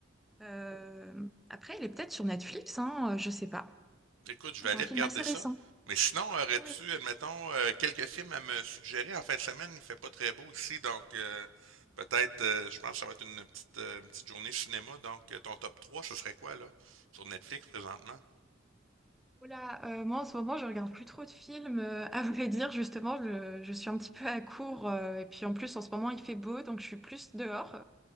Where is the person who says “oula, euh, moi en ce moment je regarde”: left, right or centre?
Centre